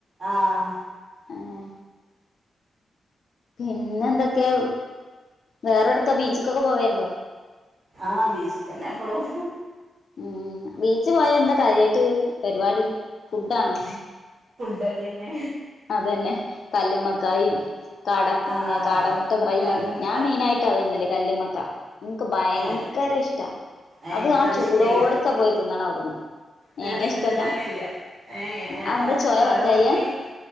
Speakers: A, on the right; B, on the left.
A: ആഹ്
B: ആഹ് പിന്നെ എന്തൊക്കെയാ വേറെ എവിടെക്കാ ബീച്ച്ക്കൊക്കെ പോവേണ്ടോ
A: ആഹ് ബീച്ചി തന്നെ എപ്പളും
B: ഉം ബീച്ച് പോയാ എന്താ കാര്യായിട്ട് പരിപാടി ഫുഡാണോ
A: ഫുഡടിന്നെ
B: അതന്നെ കല്ലുമ്മക്കായും കാട പിന്നെ
A: ആ
B: കാടമുട്ട ഫ്രൈയും
A: കാടമുട്ട
B: ഞാൻ മെയിനായിട്ട് അതാ തിന്നല് കല്ല്മ്മക്ക എനിക്ക് ഭയങ്കര
A: ഏ
B: ഇഷ്ടാ
A: എനിക്കത്
B: അത് ആ ചൂടോടൊക്കെ
A: ഇഷ്ടല്ല
B: പോയി തിന്നണം അവിടുന്ന്
A: ഞാൻ
B: ഏങ്ങ
A: തിന്നിട്ടെന്നില്ല
B: ഇഷ്ടല്ല
A: ഏഹ് ഞാൻ
B: അതെന്താ ചോയ
A: കാടമുട്ടേം
B: പറ്റായ്ക